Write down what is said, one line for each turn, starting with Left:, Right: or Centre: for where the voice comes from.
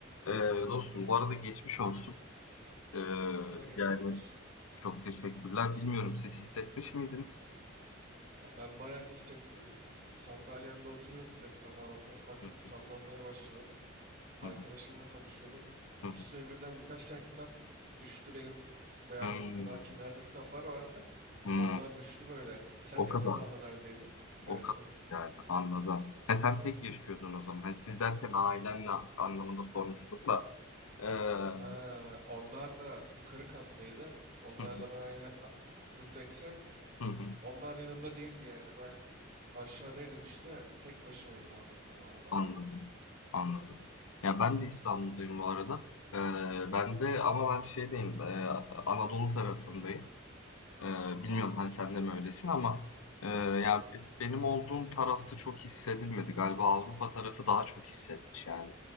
Left: Ee, dostum bu arada geçmiş olsun. Ee,
Right: Sana da geçmiş
Left: yani
Right: olsun.
Left: çok teşekkürler. Bilmiyorum siz hissetmiş miydiniz?
Right: Ya ben bayağı hissettim. Sandalyemde oturuyordum deprem anında. Bir baktım
Left: Hı,
Right: sallanmaya başladım. Arkadaşımla
Left: hı,
Right: konuşuyordum.
Left: hı, hı.
Right: Üstüme birden birkaç tane kitap düştü benim. Veya
Left: Hmm,
Right: k- kana kenarda kitaplar vardı.
Left: hmm.
Right: Onlar düştü böyle. Sen
Left: O
Right: deprem
Left: kadar,
Right: anında neredeydin? Evet
Left: o kadar
Right: evet.
Left: yani anladım. Ha, sen tek yaşıyordun o zaman. Hani siz derken ailenle anlamında sormuştum da. Ee, hı,
Right: Ha, onlar da yukarı kattaydı. Onlarla
Left: hı,
Right: ben aynı a- dubleks ev.
Left: hı, hı.
Right: Onlar yanımda değildi yani. Ben aşağıdaydım işte. Tek başımaydım o an deprem anında
Left: Anladım,
Right: da.
Left: anladım. Ya ben de İstanbul'dayım bu arada. Ee, ben de ama ben şeydeyim, de, e, Anadolu tarafındayım. Ee, bilmiyorum hani sen de mi öylesin ama e, yani
Right: Yok
Left: be- benim olduğum tarafta çok hissedilmedi. Galiba Avrupa tarafı daha çok hissetmiş yani.